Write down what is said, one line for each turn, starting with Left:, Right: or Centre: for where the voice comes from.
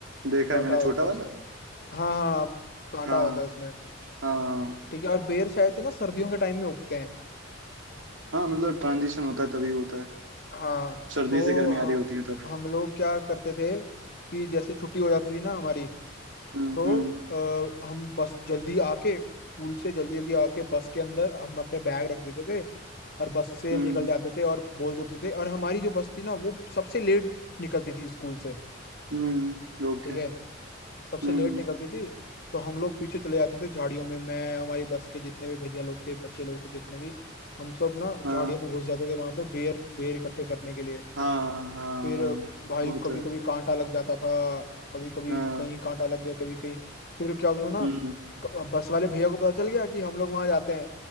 Right: देखा
Left: कांटा
Right: है मैंने
Left: होता
Right: छोटा वाला
Left: है उसमें हाँ हाँ हाँ, कांटा
Right: हाँ
Left: होता है उसमें
Right: हाँ हाँ
Left: ठीक है और बेर शायद से ना सर्दियों के टाइम में उगते हैं
Right: हाँ मतलब ट्रांजिशन होता है तभी होता है
Left: हाँ
Right: सर्दी
Left: तो
Right: से गर्मी आ रही होती है तब
Left: ह- हम लोग क्या करते थे कि जैसे छुट्टी हो जाती थी ना हमारी
Right: हम्म
Left: तो
Right: हम्म
Left: आ, हम बस जल्दी आके स्कूल से जल्दी जल्दी आके बस के अंदर हम अपने बैग रख देते थे और बस से
Right: हम्म
Left: निकल जाते थे और बोल देते थे और हमारी जो बस थी ना वो सबसे लेट निकलती थी स्कूल से
Right: हम्म ओके
Left: ठीक है सबसे
Right: हम्म
Left: लेट निकलती थी तो हम लोग पीछे चले जाते थे झाड़ियों में मैं हमारी बस के जितने भी भैया लोग थे बच्चे लोग थे जितने भी हम सब ना झाड़ियों
Right: हाँ
Left: में घुस जाते थे वहां पे बेर बेर इकट्ठे करने के लिए
Right: हाँ हाँ
Left: फिर
Right: हाँ,
Left: भाई
Right: वो तो
Left: कभी
Right: है
Left: कभी कांटा लग जाता था कभी कभी
Right: हाँ
Left: कहीं कांटा लग गया कभी कहीं फिर क्या होता था ना
Right: हम्म
Left: क- बस वाले भैया को पता चल गया कि हम लोग वहां जाते हैं